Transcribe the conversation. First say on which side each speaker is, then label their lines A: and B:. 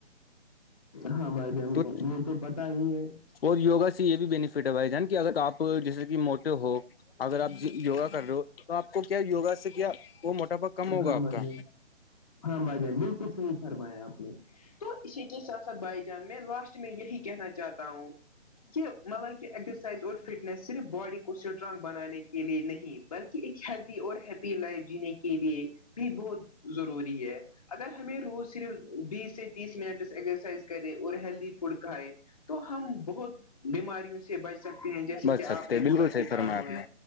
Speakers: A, on the left; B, on the left.
A: ہاں بھائی جان
B: تو
A: یہ تو پتا ہی ہے <inaudible>
B: اور یوا سے یہ بھی بینیفٹ ہے بھائی جان کہ اگر آپ جیسے کہ موٹے ہو اگر آپ یوگا کر رہے ہو تو آپ کو کیا یوگا سے کیا وہ موٹاپا کم ہوگا
A: ہاں
B: آپ
A: بھائی
B: کا
A: جان ہاں بھائی جان بالکل صح فرمایا آپ نے تو اسی کے س سات بھائی جان میں لاسٹ میں یہی کہنا چاہتا ہوں
B: ج <inaudible>
A: مطلب کہ ایگزرسائز اور فٹنیس صرف باڈی کو اسٹرانگ بنانے کے لیے نہیں بلکہ ایک ہیلدی اور ہیپی لائف جینے کے لیے بھی بہت ضروری ہے اگر ہمیں روز صرف بیس سے تیس منٹ ایکزرسائز کرے اور ہیلدی فوڈ کھائے تو ہم بہت بیماریوں سے بچ سکتے ہیں جیسے
B: بچ
A: کہ
B: سکتے
A: آپ نے
B: ہیں بالکل
A: بولا
B: صحیح
A: کیٹاڑو
B: فرمایا آپ
A: ہے
B: نے